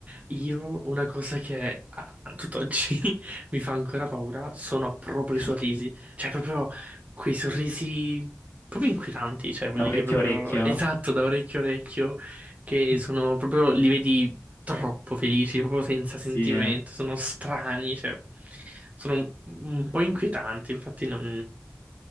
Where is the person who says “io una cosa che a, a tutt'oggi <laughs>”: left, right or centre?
Right